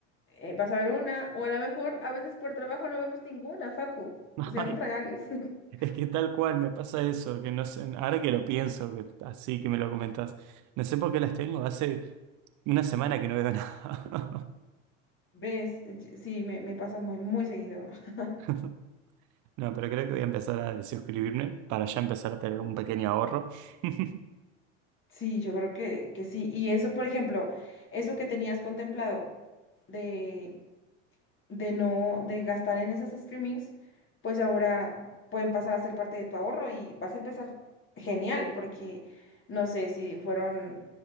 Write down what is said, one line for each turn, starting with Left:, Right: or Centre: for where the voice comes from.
Left: eh, vas a ver una o a lo mejor a veces por trabajo no vemos ninguna, Facu. Seamos
Right: Ay,
Left: reales. <laughs>
Right: es que tal cual me pasa eso, que no sé, ahora que lo pienso, que así que me lo comentas, no sé por qué las tengo, hace una semana que no veo nada.
Left: ¿Ves? Y- Sí, me, me pasa muy, muy seguido. <laughs>
Right: <laughs> No, pero creo que voy a empezar a desuscribirme para ya empezar a tener un pequeño ahorro. <laughs>
Left: Sí, yo creo que, que sí. Y eso, por ejemplo, eso que tenías contemplado de... de no, de gastar en esas streamings, pues ahora pueden pasar a ser parte de tu ahorro y vas a empezar genial, porque no sé si fueron,